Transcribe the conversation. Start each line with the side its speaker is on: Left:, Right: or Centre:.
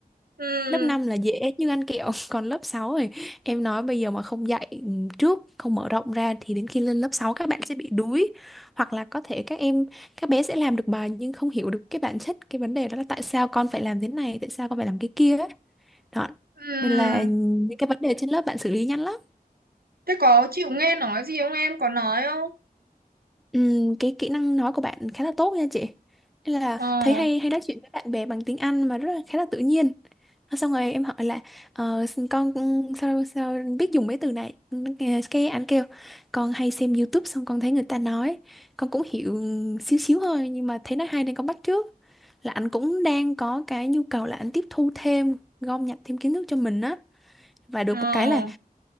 Right: ừ,
Centre: lớp 5 là dễ như ăn kẹo <laughs> còn lớp 6 rồi em nói bây giờ mà không dạy ừm, trước không mở rộng ra thì đến khi lên lớp 6 các bạn sẽ bị đuối hoặc là có thể các em các bé sẽ làm được bài nhưng không hiểu được cái bản chất cái vấn đề đó là tại sao con phải làm thế này tại sao con phải làm cái kia ấy. đó
Right: ừ.
Centre: nên là những cái vấn đề trên lớp bạn xử lý nhanh lắm
Right: thế có chịu nghe nói gì không em có nói không
Centre: Ừm, cái kỹ năng nói của bạn khá là tốt nha chị Nên là
Right: ờ
Centre: thấy hay hay nói chuyện với bạn bè bằng tiếng Anh mà rất là khá là tự nhiên xong rồi em hỏi là ờ, con sao sao biết dùng mấy từ này cái anh kêu con hay xem YouTube xong con thấy người ta nói con cũng hiểu xíu xíu thôi nhưng mà thấy nói hay nên con bắt chước là anh cũng đang có cái nhu cầu là anh tiếp thu thêm gom nhặt thêm kiến thức cho mình á và được
Right: ờ
Centre: một cái là